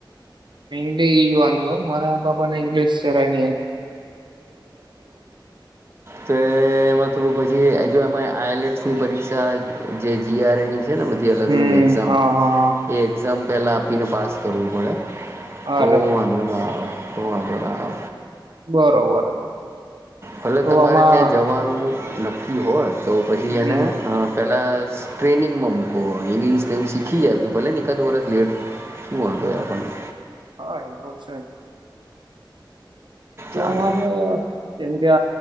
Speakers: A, on the right; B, on the right.
A: એંગ્શ વાંધો મારા બાપાને ઇંગ્લિશની
B: તો એમાં થોડું પછી જો એમાં આઈલેટ્સની પરીક્ષા જે જીઆર એ ની છે ને બધી અલગ
A: હમ
B: અલગ એક્ઝામ
A: હા હા
B: એ એક્ઝામ પહેલાં આપીને પાસ કરવું પડે
A: હા અરે
B: ઓ વાંધ ના તો વાંધ ના
A: બરોબર
B: ભલે
A: તો
B: તમારે
A: આમાં
B: ત્યાં જવાનું નક્કી હોય તો પછી
A: હમ
B: એને પેલા ટ્રેનિંગમાં મૂકો ઇંગ્લિશ ને એવું શીખી જાય આપું ભલે ને એકાદ વરષ લેટ શું વાંધય આપણને
A: હા એ તો જ છે તો
B: ચાલે
A: આમાં આપડ કેમ કે